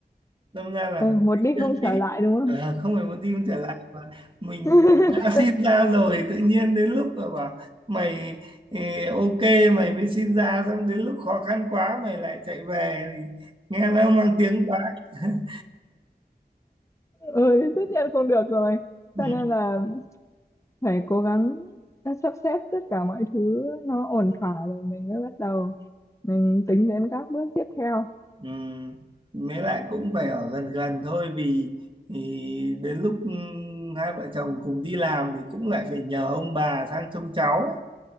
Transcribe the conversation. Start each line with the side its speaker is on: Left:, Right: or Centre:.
Right: đâm ra là
Left: ừ,
Right: phải
Left: một
Right: tính
Left: đi
Right: được
Left: không
Right: kỹ
Left: trở lại đúng không
Right: Ờ, không phải một team trở lại mà mình
Left: ừ. <laughs>
Right: đã xin ra rồi tự nhiên đến lúc mà bảo mày eh, ok mày mới xin ra xong đến lúc khó khăn quá mày lại chạy về thì nghe nó mang tiếng quá <laughs>
Left: ừ tất nhiên không được rồi
Right: ừ.
Left: cho nên là phải cố gắng sắp xếp tất cả mọi thứ nó ổn thỏa rồi mình mới bắt đầu mình tính đến các bước tiếp theo
Right: Ừ. Mới lại cũng phải ở gần gần thôi vì thì đến lúc ừ, hai vợ chồng cùng đi làm thì cũng lại phải nhờ ông bà sang trông cháu ấy.